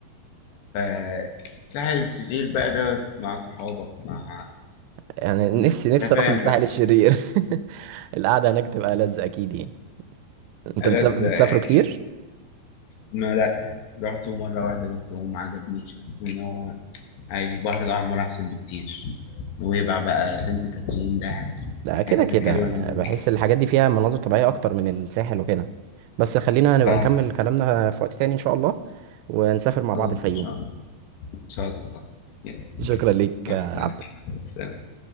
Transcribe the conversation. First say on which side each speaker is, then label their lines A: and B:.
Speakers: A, on the left; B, on the right.
A: فالساحل الشرير بقى ده بس مع صحابك مع
B: يعني نفسي نفسي
A: انت فاهم
B: اروح للساحل
A: بقى
B: الشرير <laughs> القعده هناك تبقى لذة اكيد يعني انت
A: ألذ
B: بتسافر بتسافروا
A: اكيد
B: كتير
A: ما لا رحته مرة واحدة بس وما عجبنيش حسيت ان هو عادي البحر الاحمر احسن بكتير نويبع بقى سانت كاترين دهب
B: لا
A: الحتت
B: كده كده
A: الحلوة اللي هناك
B: بحس
A: دي.
B: الحاجات دي فيها مناظر طبيعية أكتر من الساحل وكده بس خلينا نبقى
A: اه
B: نكمل كلامنا في وقت تاني إن شاء الله ونسافر مع
A: خلاص
B: بعض الفيوم
A: ان شاء الله ان شاء الله يلا
B: شكرا ليك
A: مع
B: يا
A: السلامة
B: عبد
A: مع السلامة.